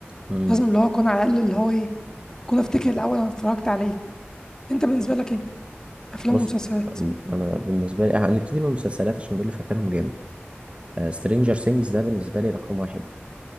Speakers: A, on the right; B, on the left.
A: مم.
B: لازم اللي هو اكون على الاقل اللي هو ايه اكون افتكر الاول انا اتفرجت على ايه انت بالنسبه لك ايه افلام
A: بص
B: ومسلسلات
A: انا بالنسبه لي هنبتدي من المسلسلات عشان دول اللي فاكرهم جامد سترينجر سينجز ده بالنسبه لي رقم واحد